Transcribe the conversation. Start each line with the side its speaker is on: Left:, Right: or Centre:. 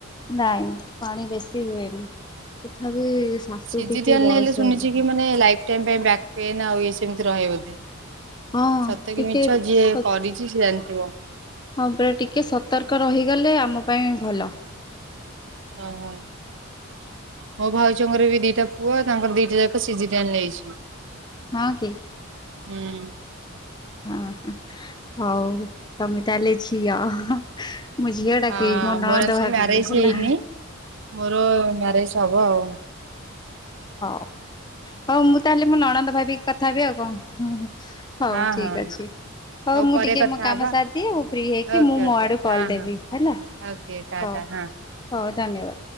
Left: ନାଇଁ ପାଣି ବେଶୀ ହୁଏନି ତଥାପି ଶାଶୁ
Right: ସିଜିରିଆନ
Left: ଟିକେ ବୟସ
Right: ହେଲେ ଶୁଣିଚି
Left: ହେଲାଣି
Right: କି ମାନେ ଲାଇଫ ଟାଇମ ପାଇଁ ବ୍ୟାକ୍ ପେନ୍ ଆଉ ୟେ ସେମିତି ରହେ ବୋଧେ?
Left: ହଁ
Right: ସତ
Left: ଟିକେ
Right: କି ମିଛ
Left: ସ
Right: ଯିଏ କରିଛି ସେ ଜାଣିଥିବ।
Left: ହଁ ପରା ଟିକେ ସତର୍କ ରହିଗଲେ ଆମ ପାଇଁ ଭଲ।
Right: ଅ ହଁ। ମୋ ଭାଉଜଙ୍କର ବି ଦିଟା ପୁଅ ତାଙ୍କର ଦିଟା ଯାକ ସିଜିରିଆନ ହେଇଛି।
Left: ହଁ କି?
Right: ହୁଁ।
Left: ଅ ହଁ ହଉ ତମେ ତାହେଲେ ଝିଅ। ମୁଁ ଝିଅ ଡ଼ାକିବି
Right: ହଁ
Left: ମୋ ନଣନ୍ଦ
Right: ମୋର ଆକ୍ଚୁଆଲି
Left: ଭାବିବି
Right: ମ୍ୟାରେଜ
Left: ହେଲା
Right: ହେଇନି
Left: ହଁ।
Right: ମୋର ମ୍ୟାରେଜ ହବ ଆଉ।
Left: ହଉ ହଉ ମୁଁ ତାହେଲେ ମୋ ନଣନ୍ଦ ଭାବିକି କଥା ହେବି ଆଉ କଣ ହୁଁ ହୁଁ। ହଉ
Right: ହଁ
Left: ଠିକ
Right: ହଁ
Left: ଅଛି। ହଉ ମୁଁ
Right: ପରେ
Left: ଟିକେ
Right: କଥା
Left: ମୋ କାମ
Right: ହବା
Left: ସାରିଦିଏ ମୁଁ ଫ୍ରି ହେଇକି
Right: ଓକେ
Left: ମୁଁ
Right: ଓକେ
Left: ମୋ ଆଡୁ କଲ
Right: ହଁ
Left: ଦେବି
Right: ହଁ
Left: ହେଲା।
Right: ଓକେ ଟାଟା
Left: ହଉ
Right: ହଁ।
Left: ହଉ ଧନ୍ୟବାଦ।